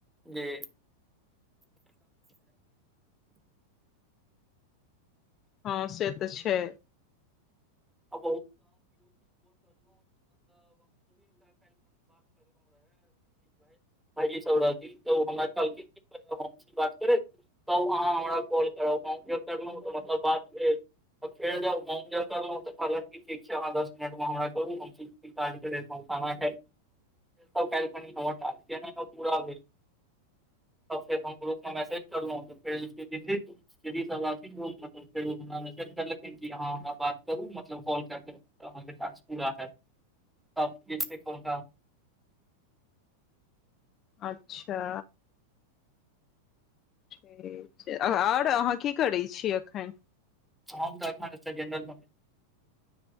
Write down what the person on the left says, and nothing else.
हँ से तऽ छै
अच्छा ठीक छै आओर अहाँ की करैत छी एखन